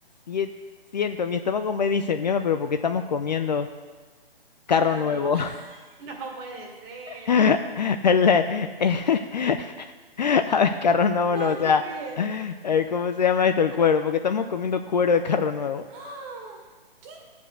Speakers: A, on the left; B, on the right.
A: sie- Siento, mi estómago me dice, mierda, pero ¿por qué estamos comiendo carro
B: carro
A: nuevo?
B: nuevo. <laughs> No puede ser.
A: <laughs> El, eh, eh, <laughs> a ver, carro nuevo,
B: Nada
A: no, o sea,
B: que ver.
A: eh, ¿cómo se llama esto? El cuero, porque estamos comiendo cuero de carro nuevo.
B: ¡Ah! ¿Qué?